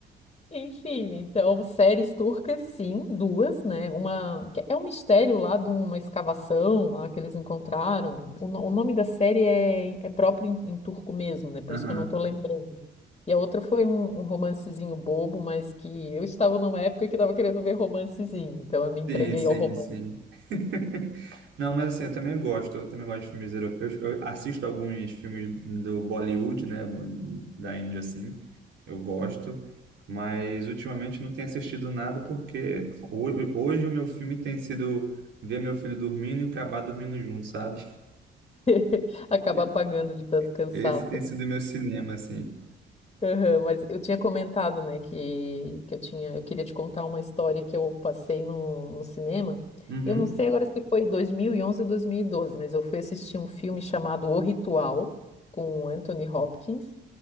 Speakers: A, on the left; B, on the right.
A: Enfim, então, séries turcas, sim, duas, né? Uma que é um mistério lá de uma escavação lá que eles encontraram. O, no- o nome da série é, é próprio em, em turco mesmo, né? Por
B: <laughs>
A: isso que eu não tô lembrando. E a outra foi um, um romancezinho bobo, mas que eu estava numa época que estava querendo ver romancezinho, então eu me entreguei
B: Sim, sim,
A: ao romance,
B: sim. <laughs> Não, mas assim, eu também gosto, eu também gosto de filmes europeus. Eu assisto alguns filmes do Bollywood, né, da Índia, assim, eu gosto, mas ultimamente não tenho assistido nada porque ho- hoje o meu filme tem sido ver meu filho dormindo e acabar dormindo junto, sabe?
A: <laughs> acaba
B: E-
A: apagando de tanto cansaço.
B: Esse tem sido o meu cinema, assim.
A: Aham, mas eu tinha comentado, né, que, que eu tinha, eu queria te contar uma história que eu passei no, no cinema.
B: Uhum,
A: Eu não sei agora se foi 2011 ou 2012, mas eu fui assistir um filme chamado O Ritual, com o Anthony Hopkins,